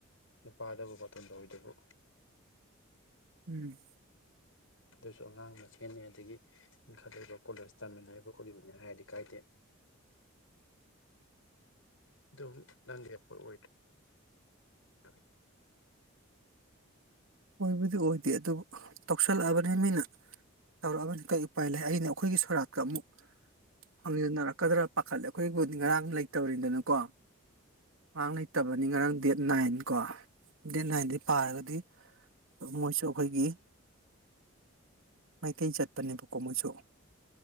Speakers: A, on the left; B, on the right.
A: ꯅꯨꯄꯥꯗꯕꯨ ꯕꯥꯔꯇꯣꯟ ꯇꯧꯏꯗꯨꯕꯨ
B: ꯎꯝ
A: ꯑꯗꯨꯁꯨ ꯑꯉꯥꯡ ꯃꯁꯦꯅꯤꯩ ꯑꯗꯒꯤ ꯏꯟꯈꯠꯂꯛꯏꯕ ꯀꯣꯂꯦꯖ ꯇꯝꯃꯤꯟꯅꯔꯤꯕ ꯈꯣꯠꯂꯤꯕꯅꯤ ꯍꯥꯏꯔꯗꯤ ꯀꯥꯏꯗꯦ ꯑꯗꯨꯕꯨ ꯅꯪ ꯂꯦꯞꯄ ꯑꯣꯏꯗ꯭ꯔꯦ <unintelligible>
B: ꯑꯣꯏꯕꯨꯗꯤ ꯑꯣꯏꯗꯦ ꯑꯗꯨꯕꯨ ꯇꯧꯁꯜꯂꯛꯑꯕꯅꯤ ꯃꯤꯅ ꯇꯧꯔꯛꯑꯕꯅꯤ ꯀꯔꯤ ꯎꯄꯥꯏ ꯂꯩ ꯑꯩꯅ ꯑꯩꯈꯣꯏꯒꯤ ꯁꯣꯔꯥꯠꯀ ꯑꯃꯨꯛ ꯐꯥꯡꯖꯤꯟꯅꯔꯛꯀꯗ꯭ꯔꯥ ꯄꯥꯈꯠꯂꯦ ꯑꯩꯈꯣꯏꯕꯨꯗꯤ ꯉꯔꯥꯡ ꯂꯩꯇꯕꯅꯤꯗꯅꯀꯣ ꯉꯔꯥꯡ ꯂꯩꯇꯕꯅꯤ ꯉꯔꯥꯡ ꯗꯦꯠ ꯅꯥꯏꯟ ꯀꯣ ꯗꯦꯠ ꯅꯥꯏꯟꯗꯩ ꯄꯥꯔꯒꯗꯤ ꯃꯣꯏꯁꯨ ꯑꯩꯈꯣꯏꯒꯤ ꯃꯩꯇꯩ ꯆꯠꯄꯅꯦꯕꯀꯣ ꯃꯣꯏꯁꯨ